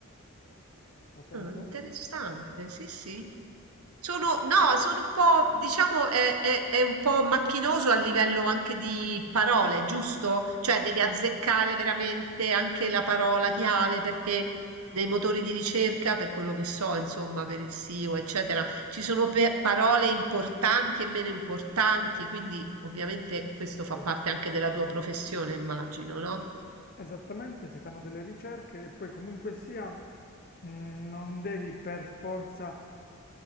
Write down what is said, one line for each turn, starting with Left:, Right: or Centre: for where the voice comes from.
Left: Ha senso?
Right: Ah, interessante, sì, sì. Sono, no, sono un po', diciamo, è, è- è un po' macchinoso a livello anche di parole, giusto? Cioè devi azzeccare veramente anche la parola chiave perché nei motori di ricerca, per quello che so, insomma, per il SEO, eccetera, ci sono pe- parole importanti e meno importanti, quindi ovviamente questo
Left: Sì.
Right: fa parte anche della tua professione, immagino, no?
Left: Esattamente, si fanno delle ricerche e poi comunque sia, mh, non devi per forza